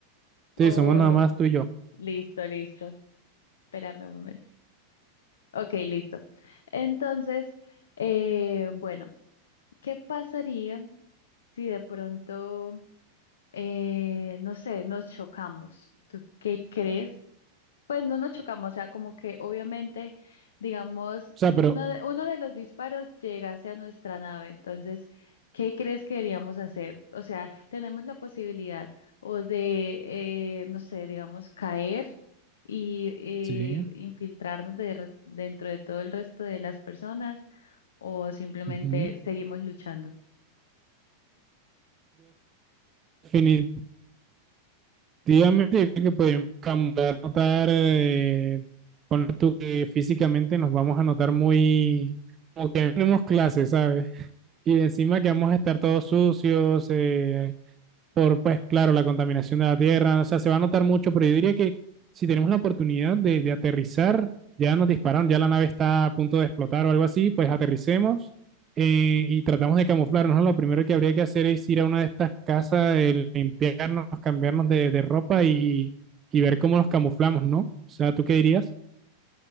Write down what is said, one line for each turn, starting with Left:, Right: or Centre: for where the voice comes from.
Right: sí,
Left: Oh,
Right: somos nada más tú y yo. O
Left: listo, listo. Espérame un momento. Ok, listo. Entonces, eh, bueno, ¿qué pasaría si de pronto, eh, no sé, nos chocamos? ¿Tú qué crees? Pues no nos chocamos, o sea, como que obviamente, digamos,
Right: sea, pero
Left: uno de, uno de los disparos llegase a nuestra nave. Entonces, ¿qué crees que deberíamos hacer? O sea, tenemos la posibilidad o de, eh, no sé, digamos, caer y eh,
Right: sí.
Left: infiltrarnos de re- dentro de todo el resto de las personas o simplemente
Right: ujú.
Left: seguimos luchando.
Right: Definitivamente yo creo que podemos cambiar, notar, eh, ponle tú que físicamente nos vamos a notar muy, como que no tenemos clases, ¿sabes? Y encima que vamos a estar todos sucios, eh, por, pues claro, la contaminación de la tierra, o sea, se va a notar mucho, pero yo diría que si tenemos la oportunidad de, de aterrizar, ya nos dispararon, ya la nave está a punto de explotar o algo así, pues aterricemos eh, y tratamos de camuflarnos. ¿no? Lo primero que habría que hacer es ir a una de estas casas, eh, limpiarnos, cambiarnos de, de ropa y, y ver cómo nos camuflamos, ¿no? O sea, ¿tú qué dirías?